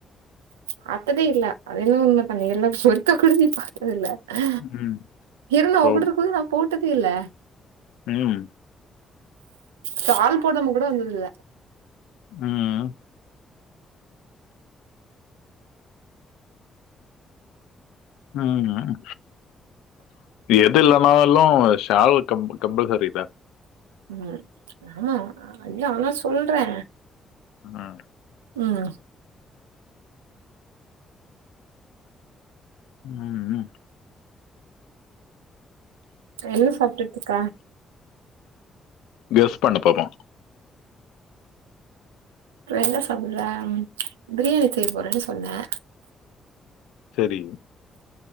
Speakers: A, on the right (about 85°); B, on the left (about 75°).
A: பாத்ததே இல்ல அதென்னோ உண்ம தா நீ வந்து ஒருக்கா கூட நீ பாத்ததில்ல அ
B: ம்.
A: இரு நா
B: ஸோ
A: உங்கூடு இருக்மோது நா போட் டதில்ல
B: ம்
A: ஷால் போடாம கூட வந்ததுல்ல
B: ம் ம் எது இல்லன்னாலும் ஷால் கம்பல் கம்பல்சரிதா
A: ம் ஆமா இல்ல ஆனா சொல் றே
B: ஆ
A: ம்
B: ம் ம்
A: என்ன சாப்ட்டுட்ருக்க
B: கெஸ் பண்ணு பாப்போ
A: என்ன சாப்படற பிரியாணி செய்ய போறேன்னு சொன்ன
B: செரி